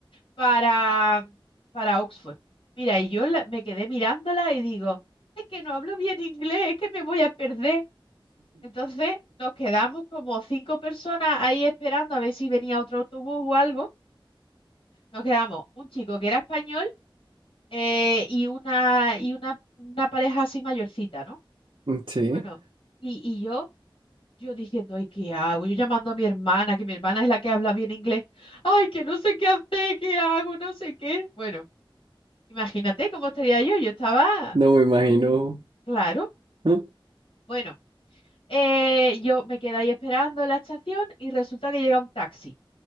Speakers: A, on the left; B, on the right.
A: para, para Oxford. Mira, y yo la- me quedé mirándola y digo, es que no hablo bien inglés, es que me voy a perder. Entonces nos quedamos como cinco personas ahí esperando a ver si venía otro autobús o algo. Nos quedamos un chico que era español eh, y una y una, una pareja así mayorcita, ¿no?
B: Sí.
A: Bueno, y, y yo, yo diciendo, ay, ¿qué hago? Yo llamando a mi hermana, que mi hermana es la que habla bien inglés. Ay, que no sé qué hacer, qué hago, no sé qué. Bueno, imagínate cómo estaría yo. Yo estaba,
B: No me imagino.
A: claro.
B: <laughs>
A: Bueno, eh, yo me quedé ahí esperando en la estación y resulta que llega un taxi.